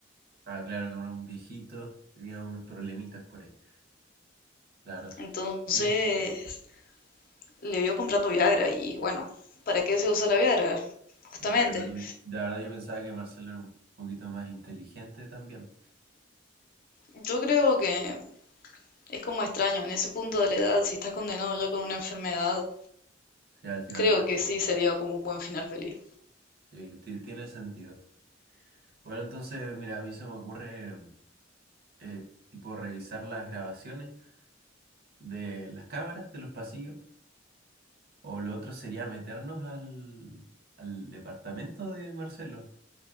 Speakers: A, on the right; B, on the left.
A: Ah, claro, con un viejito tenía unos problemitas por ahí. Claro,
B: Entonces,
A: tiene sentido.
B: le vio comprando Viagra y bueno, ¿para qué se usa la Viagra? Justamente.
A: No, igual, la verdad yo pensaba que Marcelo era un poquito más inteligente también.
B: Yo creo que es como extraño, en ese punto de la edad, si estás condenado ya con una enfermedad,
A: Sí, al final
B: creo
A: tiene
B: que
A: lo mismo.
B: sí sería como un buen final feliz.
A: Sí, ti- tiene sentido. Bueno, entonces, mira, a mí se me ocurre, eh, tipo, revisar las grabaciones de las cámaras de los pasillos O lo otro sería meternos al, al departamento de Marcelo.